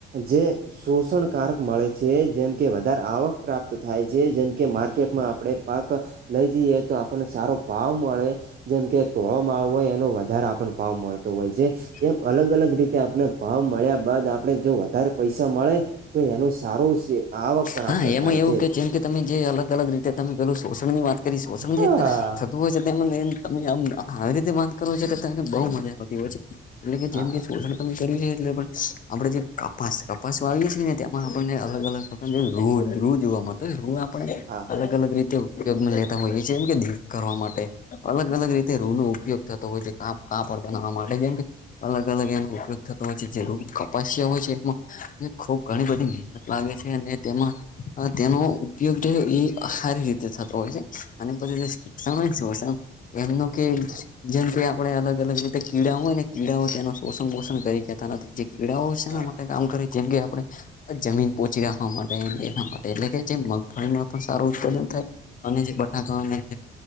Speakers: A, on the right (about 50°); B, on the left (about 40°).
A: જે શોષણકારક મળે છે જેમકે વધારે આવક પ્રાપ્ત થાય છે જેમકે માર્કેટમાં આપણે પાક લઈ જઈએ તો આપણને સારો ભાવ મળે જેમ કે તોળો માળ હોય એનો વધારે આપણને ભાવ મળતો હોય છે
B: <inaudible>
A: એમ અલગ અલગ રીતે આપણે ભાવ મળ્યા બાદ આપણે જો વધારે પૈસા મળે તો એનું સારું છે આવક પ્રાપ્ત
B: હા એમાં
A: થાય
B: એવું
A: છે.
B: કે જેમ કે તમે જે અલગ અલગ રીતે તમે પેલું શોષણ ની વાત કરી શોષણ
A: હા.
B: જે થ વું હોય છે તમે આમ હારી રીતે વાત કરો છો તો તમને બહુ મજા આવતી હોય છે એટલે કે જેમ
A: હા
B: કે
A: હા
B: તે તમેં કર્યું છે એટલે પણ આપડે જે કપાસ કપાસ છે ને તેમાં આપને અલગ અલગ જ રુ રુ જોવા માંળતો રે રુ આપને
A: હા
B: અલગ
A: હા
B: અલગ રીતે ઉપયોગ લેતા હોય છે કેમ કે દીપ કરવા માટે અલગ અલગ રીતે રૂ નો ઉપયોગ થતો હોય છે કાપ કાપડ બનાવા માટે જેમ કે અલગ એનો ઉપયોગ થતો હોય છે જે ર કપાસ્યા હોય છે એ ખુબ ઘણી
A: હા
B: બધી મહેનત લાગે છે અને તેમાં અ તેનો ઉપયોગ જે ઈ હા રી રીતે થતો હોય છે અને પછી જે સોસણ હોય સોસણ એમનું કે
A: હા
B: જેમ કે આપણે અલગ અલગ રીતે કીડા હોય ને કીડાઓ તેનો પોષણ પોષણ કરી કતા નથી જે કીડાઓ છે એના
A: હા
B: માટે કામ કરે જેમ કે આપણે જમીન પોહચી રાખવા માટે એના માટે એટલે કે જે મગફળી પણ સારું ઉત્પાદન થાય અને જે બટાકા અને